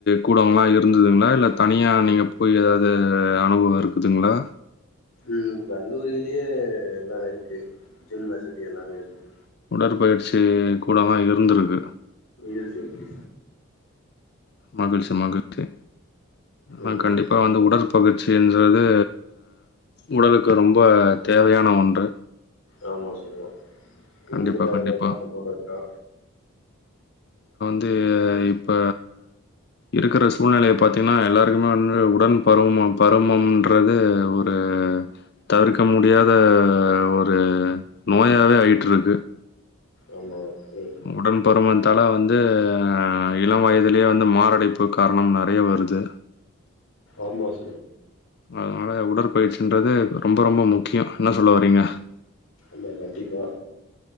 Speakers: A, on the left; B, on the left.
A: கூடோல்லா இருந்துதுங்ளா இல்ல தனியா நீங்க போய் ஏதாவ்து அ அனுபவம் இருக்குதுங்களா
B: ம் கல்லூரியிலேயே எல்லா இருக்கு ஜிம் வசதி எல்லாமே இருக்கு
A: உடற்பயிற்சி கூடோலா இருந்திருக்கு
B: நீல்ஸ் இருக்கு
A: மகிழ்ச்சி மகிழ்ச்சி ஆனா
B: ம்.
A: கண்டிப்பா வந்து உடற் பயிற்சி என்றதூ உடலுக்கு ரொம்ப தேவையான ஒன்று
B: ஆமா சொல்லலா
A: கண்டிப்பா,
B: உங்களுக்கு அதுல
A: கண்டிப்பா.
B: <unintelligible> இருக்கா
A: து இப்ப இருக்கிற சூழ்நிலைய பாத்தீங்ன்னா எல்லாருக்குமே வந்து உடன் பருவ பருமம்ன்றது ஒரு எ தவிர்க்க முடியாத ஒரு நோயாவே ஆயிட்டு இருக்கு
B: ஆமா ம்.
A: உடல் பருமன் இதால வந்து இளம் வயதிலயே வந்து மாரடைப்பு காரணம் நெறயா வருது
B: ஆமா <unintelligible>
A: அதனால உடற்பயிற்சின்றது ரொம்ப ரொம்ப முக்கியோ என்ன சொல்ல வரீங்க
B: ஆமா கண்டிப்பா